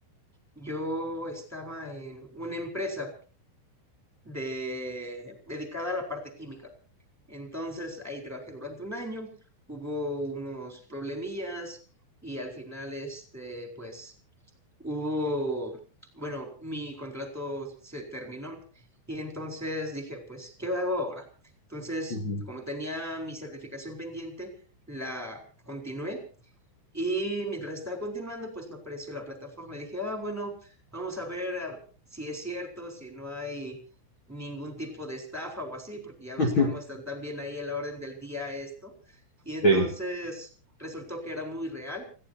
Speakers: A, in the centre; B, on the left.
A: yo estaba en una empresa de, dedicada a la parte química. Entonces ahí trabajé durante un año, hubo unos problemillas y al final, este, pues hubo, bueno, mi contrato se terminó y entonces dije, pues, ¿qué hago ahora? Entonces,
B: Ujú.
A: como tenía mi certificación pendiente, la continué y mientras estaba continuando, pues me apareció la plataforma y dije, ah, bueno, vamos a ver ah, si es cierto, si no hay ningún tipo de estafa o así, porque ya ves
B: <laughs>
A: cómo están también ahí a la orden del día esto. Y entonces
B: Sí,
A: resultó que era muy real